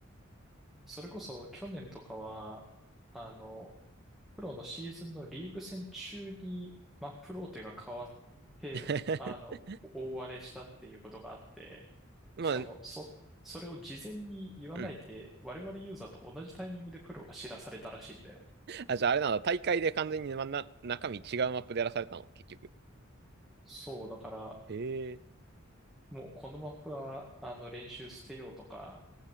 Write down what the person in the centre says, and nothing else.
それこそ去年とかは、あの、プロのシーズンのリーグ戦中に、まあ、プロテが変わって、
あの、大荒れしたっていうことがあって、
しかも、そ、それを事前に言わないで、
我々ユーザーと同じタイミングでプロが知らされたらしいんだよ。
そう、だから、
もうこのマップは、あの、練習捨てようとか、